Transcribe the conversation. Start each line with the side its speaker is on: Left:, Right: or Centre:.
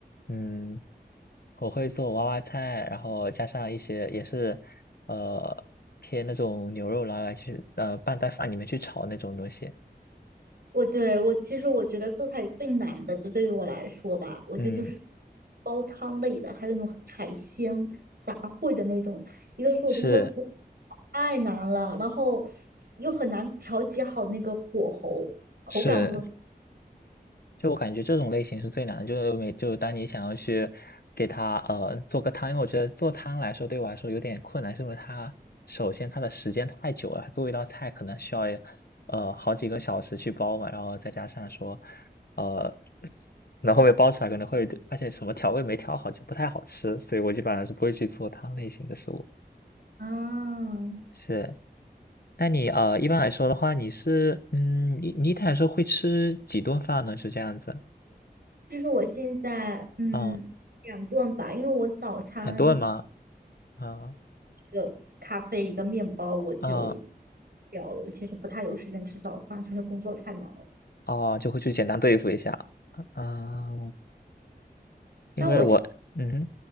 Left: 嗯，我会做娃娃菜，然后加上一些也是呃偏那种牛肉拿来去呃拌在饭里面去炒那种东西。
Right: 我对我其实我觉得做菜最难的，就对于我来说吧，我觉得就是
Left: 嗯，
Right: 煲汤类的，还有那种海鲜杂烩的那种。一个是我觉得他们煮
Left: 是
Right: 太难了，然后又很难调节好那个火候，口感就会。
Left: 是，就我感觉这种类型是最难的，就是每就当你想要去给它呃做个汤，因为我觉得做汤来说对我来说有点困难，是因为它首先它的时间太久了，它做一道菜可能需要呃好几个小时去煲嘛，然后再加上说呃，然后后面煲出来可能会发现什么调味没调好就不太好吃，所以我基本上是不会去做汤类型的食物。
Right: 啊，
Left: 是，那你呃一般来说的话，你是嗯你你一天来说会吃几顿饭呢？是这样子，
Right: 其实我现在嗯两顿吧，
Left: 嗯，
Right: 因为我早餐一
Left: 很多人吗？啊，
Right: 一个咖啡一个面包我就
Left: 啊，
Right: 掉了，我其实不太有时间吃早饭，就是工作太忙了。
Left: 哦，就会去简单对付一下。啊，啊因为我嗯
Right: 但我。